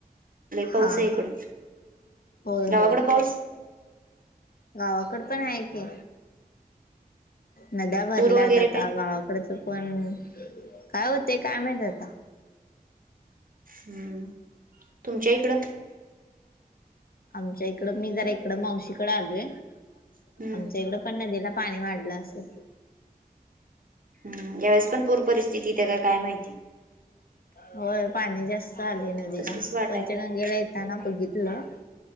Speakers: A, on the right; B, on the left.
A: पाऊस
B: हा
A: आहे इकडं
B: हा होय
A: गावाकड
B: होय
A: पाऊस
B: गावाकड पण आहे की नद्या भरल्यात
A: पूर वगैरे
B: आता
A: काय
B: गावा पकडतो पण काय होते काय माही आता
A: हम्म तुमच्या इकडं.
B: आमच्या इकडं मी जरा इकडं मावशीकडे आलोय
A: हम्म
B: आमच्या इकड पण नदीला पाणी वाढलं असत.
A: हम्म यावेेळेस पण पूर परिस्थितीेते का काय माहिती
B: होय पाणी जास्त आलेय नदीला
A: तसच वाटायला
B: पंचगंगेला
A: लागलं
B: येताना बघितलं.